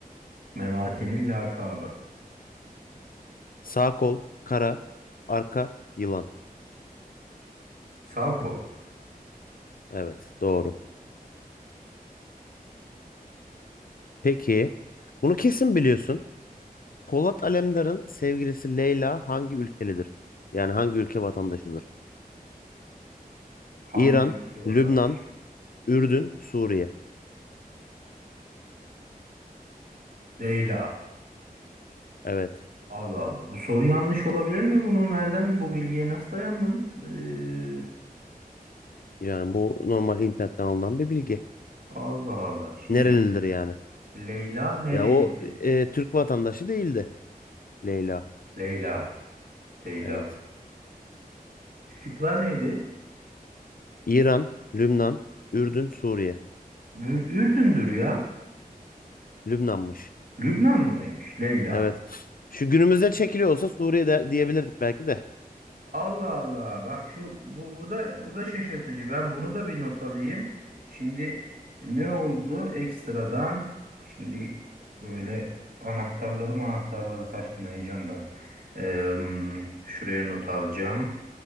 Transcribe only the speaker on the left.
Sağ kol, kara, arka, yılan.
Evet, doğru. Peki bunu kesin biliyorsun. Polat Alemdar'ın sevgilisi Leyla hangi ülkelidir? Yani hangi ülke vatandaşıdır?
İran,
Lübnan, Ürdün, Suriye.
Evet.
Yani bu normal internetten alınan bir bilgi.
Nerelidir yani?
Ya o e, Türk vatandaşı değildi Leyla.
Evet.
İran, Lübnan, Ürdün, Suriye.
Lübnanmış.
Evet. Şu günümüzde çekiliyor olsa Suriye'de diyebilirdik belki de.